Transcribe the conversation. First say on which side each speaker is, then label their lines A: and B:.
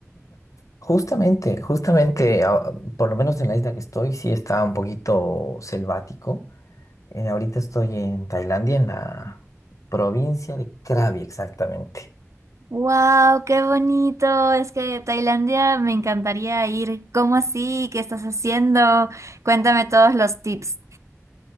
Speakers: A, on the left; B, on the right.
A: Justamente, justamente, ah, por lo menos en la isla que estoy, sí está un poquito selvático. Eh, ahorita estoy en Tailandia, en la provincia de Krabi, exactamente.
B: Wow, qué bonito. Es que Tailandia me encantaría ir. ¿Cómo así? ¿Qué estás haciendo? Cuéntame todos los tips.